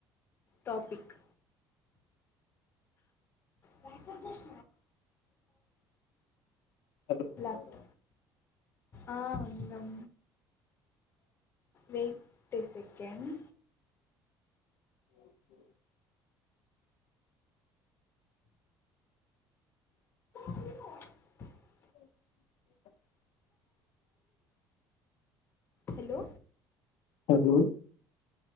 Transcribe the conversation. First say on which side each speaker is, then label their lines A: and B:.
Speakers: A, on the left; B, on the left.
A: టాపిక్ వ ప్రష్ష్
B: హలో ఉన్నారా
A: లక్ ఆ ఉన్నాం wait a second
B: okay
A: <unintelligible>
B: <inaudible>
A: hello
B: hello